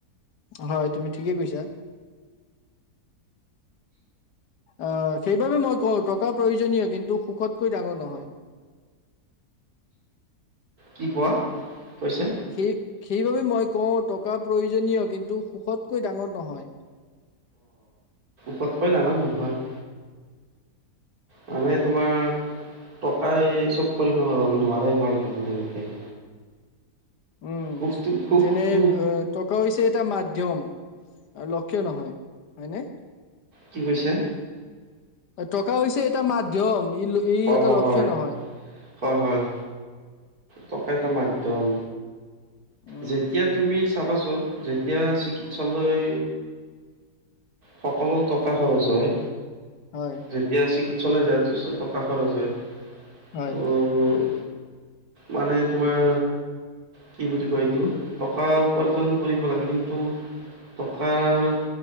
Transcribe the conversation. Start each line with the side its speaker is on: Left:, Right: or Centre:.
Left: হয় তুমি ঠিকে কৈছা। অঁ, সেইবাবে মই কওঁ টকা প্ৰয়োজনীয় কিন্তু সুখতকৈ ডাঙৰ নহয়।
Right: কি কোৱা?
Left: হয়।
Right: কৈছে
Left: সেই সেইবাবে মই কওঁ টকা প্ৰয়োজনীয় কিন্তু সুখতকৈ ডাঙৰ নহয়।
Right: পতকৈ ডাঙৰ নহয়। মানে তোমাৰ টকাই চব কৰিব নোৱাৰে মই ভাবোঁ তেনেকে।
Left: উম,
Right: সুখটো সুখ
Left: যেনে
Right: সুখ
Left: এ টকা হৈছে এটা মাধ্যম, লক্ষ্য নহয়, হয়নে?
Right: কি কৈছে?
Left: টকা হৈছে এটা মাধ্যম ই
Right: হয়
Left: এটা
Right: হয়
Left: লক্ষ্য নহয়।
Right: হয় হয়, টকা এটা মাধ্যম।
Left: উম,
Right: যেতিয়া তুমি চাবাচোন যেতিয়া চিকিৎসালয় সকলো টকা খৰচ হয়।
Left: হয়।
Right: যেতিয়া চিকিৎসালয় যায় ত টকা খৰচ হয়।
Left: হয়।
Right: ত' মানে তোমাৰ কি বুলি কয় এইটো টকা উপাৰ্জন কৰিব লাগে কিন্তু টকাৰ